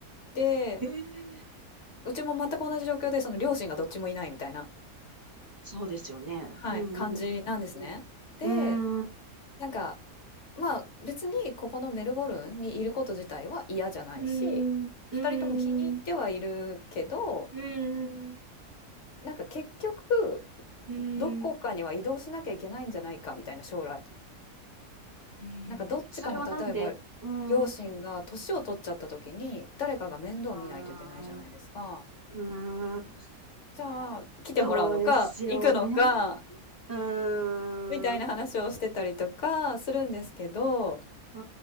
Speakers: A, on the left (about 60°); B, on the right (about 30°).
A: で、
B: へえ、
A: うちも全く同じ状況で、その両親がどっちもいないみたいな、
B: そうですよね。
A: はい、
B: うん、
A: 感じなんですね。
B: うん、うん。
A: で、
B: うん、
A: なんか、まあ別にここのメルボルンにいること自体は嫌じゃないし、
B: うん、
A: ん2人とも気に入ってはいるけど、
B: うん、うん、
A: なんか結局
B: うん。
A: どこかには移動しなきゃいけないんじゃないかみたいな将来。
B: へえ、
A: なんかどっちかの例えば
B: それはなんでうん。
A: 両親が年を取っちゃった時に誰かが面倒見ないといけないじゃないですか。
B: ああ、うーん。
A: じゃあ来てもらうのか行くのか
B: そうですよね。うーん、
A: みたいな話をしてたりとかするんですけど、
B: うー